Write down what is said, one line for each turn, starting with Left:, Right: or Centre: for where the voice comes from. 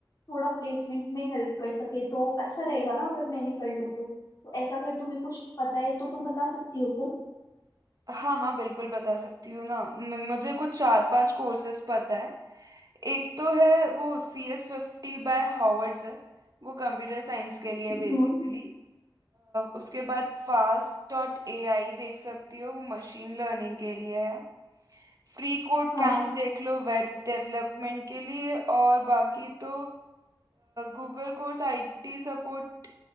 Left: थोड़ा प्लेसमेंट में हेल्प कर सके तो अच्छा रहेगा ना अगर मैंने कर लूँ तो, तो ऐसा अगर तुम्हें कुछ पता है तो तुम बता सकती हो तो
Right: हाँ हाँ बिल्कुल बता सकती हूँ ना म- मुझे कुछ चार पांच कोर्सेज पता है एक तो है वो सी एस फिफ्टी बाय हॉवर्ड्स है वो कंप्यूटर साइंस के लिए बेसिकली
Left: हम्म
Right: उसके बाद फास्ट डॉट ए आई देख सकती हो वो मशीन लर्निंग के लिए है फ्री कोड
Left: हाँ
Right: कैंप देख लो वेब डेवलपमेंट के लिए और बाकी तो Google course IT support